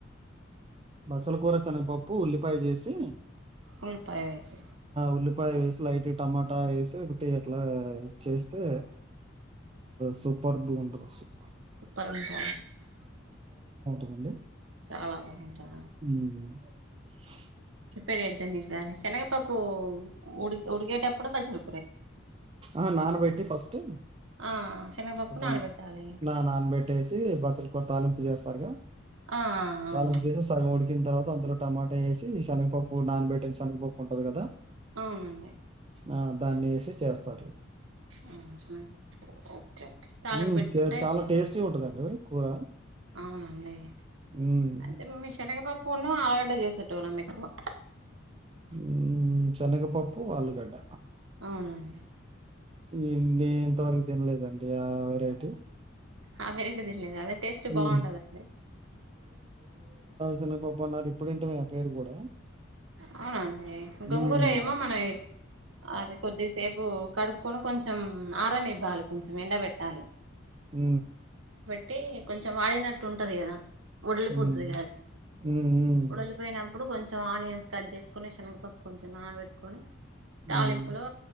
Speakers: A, on the right; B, on the right.
A: బచ్చల కూర చనగ పప్పు ఉల్లిపాయ జెసి
B: ఉల్లిపాయ వేస్
A: ఉల్లిపాయ వేసి లైట్ గ టమాటా వేసి ఒకటి అట్లా చేస్తే సూప్ పర్గ ఉంటది అసలు
B: పరుంట
A: అండి
B: చాలా బాగుంటద్
A: హ్మ్
B: ప్రిపేర్ చేద్దాం ఈసారి శనగపప్పు ఉడి ఉడికేటప్పుడు బజ్జిల్
A: ఆ నాన బెట్టి ఫస్ట్
B: ఆ శనగపప్పు
A: ఒక
B: నానబెట్టాలి
A: నా నాన్నబట్టేసి బస్సల కూర తాలింప్ జేస్తారు గ
B: ఆ అవును
A: తాలాప్ చేసే సగం ఇన్ తర్వాత అంతలో టమాటా ఏసి శనగపప్పు నాన బెట్టిన శనగపప్పు ఉంటది గదా
B: అవునండి
A: ఆ దాన్నేసి చేస్తారు
B: అవునా ఆ ఓకే తాళం
A: ఉమ్,
B: పెట్టుకుంటే
A: చే-
B: అయిపోతుంది
A: చాలా టేస్టీ ఉంటుందండి కూర
B: అవునండి
A: ఉమ్.
B: అంటే శనగపప్పు పున్ను ఆల్లుగడ్డ చేసేటోల్లం ఎక్కువా
A: హుమ్ సెనగపప్పు ఆలుగడ్డ
B: అవునా
A: ఇందీ ఇంతవరకు తినలేదండి ఆ వెరైటీ
B: ఆ వెరైటీ తినలేదు అదే టేస్ట్
A: హ్మ్.
B: బాగుంటదంటె
A: చిన్నపటి నాటి ఇప్పుడు వింటున్న పేరు గూడా
B: అవున అండి గొంగూర
A: హ్మ్.
B: ఏమో మన ఏ అది కొద్దిసేపు కడుక్కొని కొంచెం ఆరనివ్వాలి కొంచం ఎండబెట్టాలి
A: హ
B: అంటే కొంచెం వాడినట్టు ఉంటది కదా ఉడలిపోతుది
A: హ్మ్.
B: కాదు
A: హ్మ్.
B: ఉడలిపోయినప్పుడు కొంచెం ఆనియన్స్ కట్ చేసుకొని శనగపప్పు కొంచెం నానబట్టుకొని తాలింపులో
A: హ్మ్.